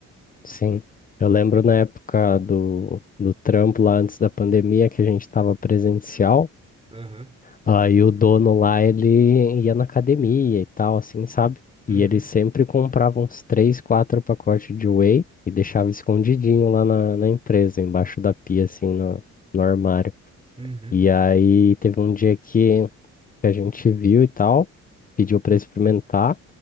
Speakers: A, on the left (about 30°); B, on the right (about 20°).
A: sim. Eu lembro na época do, do trampo lá antes da pandemia que a gente estava presencial.
B: Aham.
A: Aí o dono lá, ele ia na academia e tal, assim, sabe?
B: Uhum.
A: E ele sempre comprava uns três, quatro pacotes de whey e deixava escondidinho lá na, na empresa, embaixo da pia, assim, no, no armário.
B: Uhum.
A: E aí teve um dia que que a gente viu e tal, pediu pra experimentar.